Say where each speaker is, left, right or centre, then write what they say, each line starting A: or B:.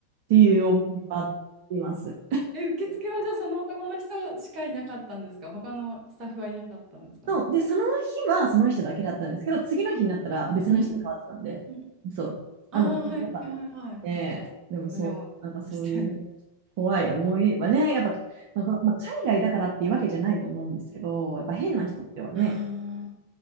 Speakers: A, on the right (about 50°); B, on the right (about 30°).
A: ていう思いがあります。
B: え、受付はじゃあその男の人しかいなかったんですか他のスタッフはいなかったんですかね。
A: そう。で、その日はその人だけだったんですけど、
B: うん。
A: 次の日になったら別の人に変わってたんで、
B: うんうん。
A: そう。
B: ああはいはいはい。
A: あんま強かったね。でもそう、
B: 胸を押して。
A: なんかそういうね、怖い思いはね、やっぱ、なんかまあ、海外だからっていうわけじゃないと思うんですけど、やっぱ変な人ってはね、
B: ああ、